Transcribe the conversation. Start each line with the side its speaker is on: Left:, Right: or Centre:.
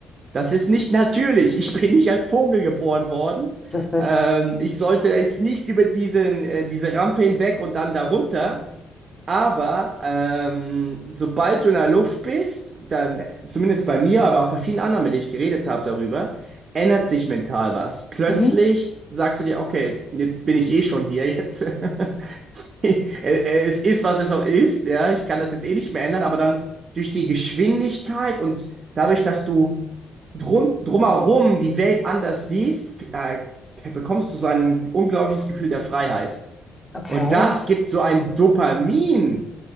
Right: das ist nicht natürlich. Ich bin nicht als Vogel geboren worden.
Left: Lustig.
Right: Ähm, ich sollte jetzt nicht über diesen, äh, diese Rampe hinweg und dann darunter. Aber ähm, sobald du in der Luft bist, dann, zumindest bei mir, aber auch bei vielen anderen, mit denen ich geredet habe darüber, ändert sich mental was. Plötzlich
Left: Mhm.
Right: sagst du dir, okay, jetzt bin ich eh schon hier jetzt. <laughs> <laughs> Äh, äh, Es ist, was es auch ist, ja. Ich kann das jetzt eh nicht mehr ändern, aber dann durch die Geschwindigkeit und dadurch, dass du drum, drumherum die Welt anders siehst, äh, bekommst du so ein unglaubliches Gefühl der Freiheit.
Left: Okay,
Right: Und das gibt so einen Dopaminschub